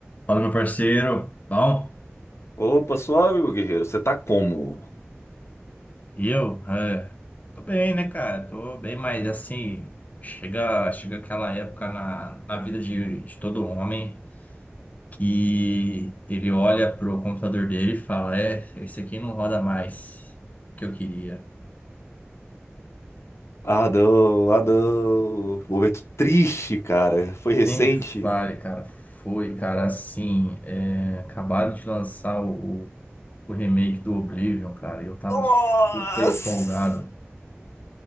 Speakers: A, on the left; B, on the left.
A: Fala, meu parceiro. Bom,
B: Opa, suave, meu guerreiro. Você tá como?
A: e eu? É, tô bem, né, cara? Tô bem, mas assim, chega, chega aquela época na, na vida de, de todo homem que ele olha pro computador dele e fala: É, esse aqui não roda mais o que eu queria.
B: Ah, não, ah, não. Momento triste, cara. Foi recente.
A: Nem me fale, cara. Foi, cara, assim, é, acabaram de lançar o, o remake do Oblivion, cara, e eu tava
B: Nossa!
A: super empolgado.